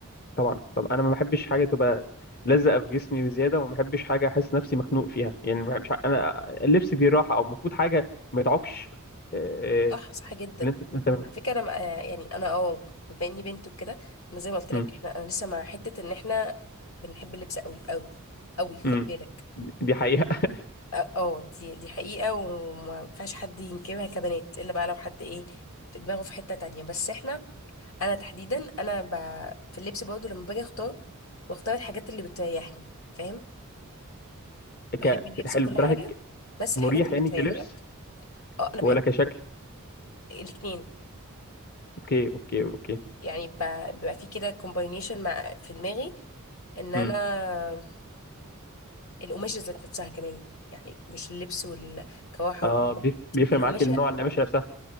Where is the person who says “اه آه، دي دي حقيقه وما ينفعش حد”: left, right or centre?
Left